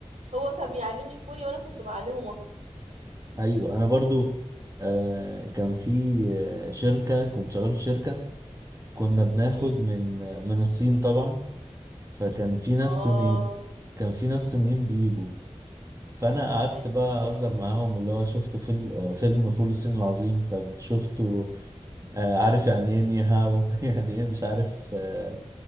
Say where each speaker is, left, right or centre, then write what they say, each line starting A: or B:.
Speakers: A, on the right; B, on the right.
A: هو كان بيعلمني كوري وانا كنت بعلمه مصري
B: ايوه انا برضو آه، كان في آه، شركه كنت شغال في شركه كنا بناخد
A: هم.
B: من من الصين طبعا فكان في ناس
A: اه
B: صينيين كان في ناس صينيين بيجوا فانا قعدت
A: ايوه
B: بقى اهزر معاهم اللي هو شفته في ال- آه، فيلم فول الصين العظيم طب شفته آه، عارف يعني ايه نيهاو <laughs> يعني ايه مش عارف آه،